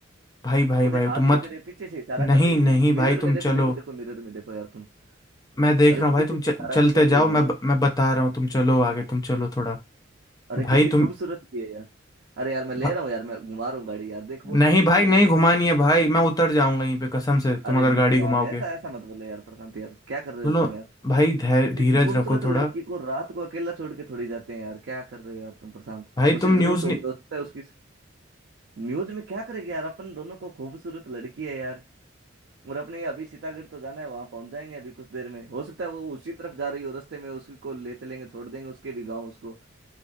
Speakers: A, on the left; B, on the right.
A: भाई भाई
B: वो
A: भाई
B: देख हाथ
A: तुम
B: भी
A: मत
B: दे रही है पीछे से इशारा
A: नहीं
B: कर रही है
A: नहीं
B: तुम
A: भाई
B: मिरर में
A: तुम
B: देखो
A: चलो
B: देखो देखो मिरर में देखो यार तुम
A: मैं देख
B: अरे
A: रहा
B: वो
A: हूँ भाई
B: पीछे
A: तुम
B: से
A: च,
B: इशारा
A: चलते
B: भी कर रही
A: जाओ
B: है
A: मैं
B: यार
A: ब- मैं बता रहा हूँ तुम चलो आगे तुम चलो थोड़ा
B: अरे
A: भाई
B: कितनी
A: तुम
B: खूबसूरत भी है यार अरे यार मैं ले
A: भा,
B: रहा हूँ यार मैं घुमा रहा हूँ गाड़ी यार देख वो देख
A: नहीं
B: कितनी
A: भाई
B: खूबसूरत
A: नहीं घुमानी है भाई मैं उतर जाऊंगा यहीं पे कसम से तुम
B: अरे
A: अगर
B: नहीं
A: गाड़ी
B: यार
A: घुमाओगे
B: ऐसा ऐसा मत बोलो यार प्रशांत यार क्या कर रहे
A: सुनो
B: हो तुम यार
A: भाई धै- धीरज
B: इतनी खूबसूरत
A: रखो
B: लड़की
A: थोड़ा
B: को रात को अकेला छोड़ के थोड़ी जाते हैं यार क्या कर रहे हो यार तुम प्रशांत
A: भाई
B: उसे
A: तुम
B: जरूरत
A: न्यूज़
B: होगी
A: नहीं
B: हो सकता है उसकी म्यूज में क्या करेगी यार अपन दोनों को खूबसूरत लड़की है यार और अपने अभी सीतागढ़ तो जाना है वहां पहुंच जाएंगे अभी कुछ देर में हो सकता है वो उसी तरफ जा रही हो रास्ते में उसी को ले चलेंगे छोड़ देंगे उसके भी गांव उसको